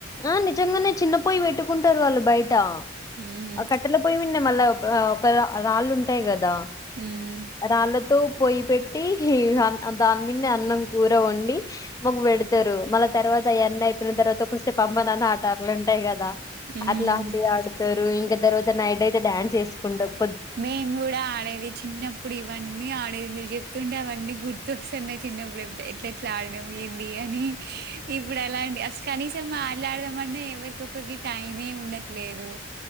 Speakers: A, on the left; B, on the right.
A: ఆ నిజంగానే చిన్న పోయి పెట్టుకుంటారు వాళ్ళు బయట
B: హుహు.
A: ఆ కట్టెల పోయి విన్నే మళ్ళా అ ఒక రా రాళ్ళు ఉంటాయి కదా
B: హ్మ్.
A: రాళ్ళతో పొయ్యి పెట్టి దాని మిన్ మ్యాన్ అన్నం కూర వండి మాకు పెడతారు మళ్ళ తర్వా తద యన్నా అయిపోయిన తర్వాత కోసేప్ పమ్మనని ఆట అట్లుంటాయి కదా
B: హ్మ్.
A: అట్లాంటివి ఆడుతారు ఇంక తర్వాత ద నైట్ అయితే డ్యాన్స్ చేసుకుంటవు
B: మేము కూడా ఆడేది చిన్నప్పుడు ఇవన్నీ ఆడేది మీరు చెప్తుంటే అవన్నీ గుర్తుొ స్త్ టన్నాయి చిన్న అప్పుడు అంతే ఎట్లా ఎట్లా ఆడడం ఏంది అని ఇప్పుడు అలాండి అస్ కానీసం తే మాట్లాడదాం మంటే ఎవరికి ఒకరికి టైమే ఉండట్లేదు